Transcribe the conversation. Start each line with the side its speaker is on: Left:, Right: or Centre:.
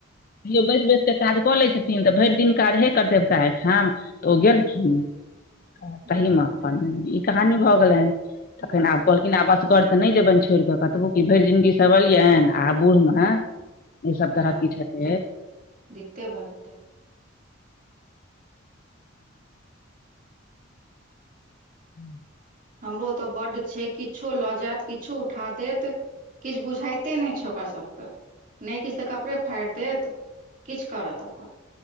Left: तो बैस बैस क काज क लै छथिन त भरि दिन काहे करते ओकरा एहिठा तऽ ओ गेलखिन त तहि
Right: वाह
Left: मे अपन ई कहानी भऽ गेलनि तखन
Right: वाह
Left: आब कह किना आब असगरर तऽ नहि जेबनि छोड़ि कऽ कतबो कि भरि जिनगी सब रहलियनि आ बूढ़मे ई सब तरह
Right: वाह
Left: किछु हेतै
Right: दिक दिक्कते भऽ जेतै
Left: ह
Right: हमरो तऽ बड्ड छै किछो लऽ जायत किछो उठा देत किछु बुझाइते नहि छै ओकरा सबके नहि किछु तऽ कपड़े फाड़ि देत किछु करत अपन